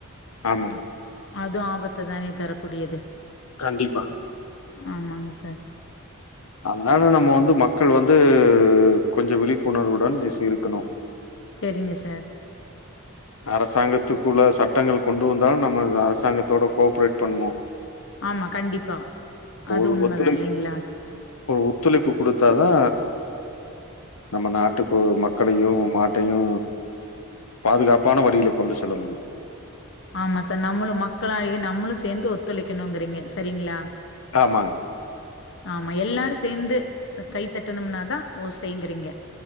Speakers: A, on the left; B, on the left.
A: ஆமாங்
B: அதும் ஆபத்த தானே தர கூடியது
A: கண்டிப்பாங்
B: ஆமாங்க சார்
A: அதனால நம்ம வந்து மக்கள் வந்து கொஞ்சோ விழிப்புணர்வுடன் ஜெஸ்ட் இருக்கணு
B: செரிங்க சார்
A: அரசாங்கத்துக்குள்ள சட்டங்கள் கொண்டு வந்தாலு நம்ம அரசாங்கத்தோட கோஆப்ரேட் பண்ணோ
B: ஆமா கண்டிப்பா
A: ஓ
B: அது உண்மதா
A: ஒத்துழைப்
B: இல்லைங்களா
A: ஓ ஒத்துழைப்பு குடுத்தாதா நம்ம நாட்டுக்கு மக்களையு நாட்டையு பாதுகாப் பான வழியில கொண்டு செல்ல முடியு
B: ஆமா சார் நம்மளு மக்களாகிய நம்மளு சேந்து ஒத்துழைக்கணுங்கிறீங்க செரிங்களா
A: ஆமாங்
B: ஆமா எல்லாரு சேந்து அ கைத்தட்டனும்னாதா ஓசைங்கறீங்க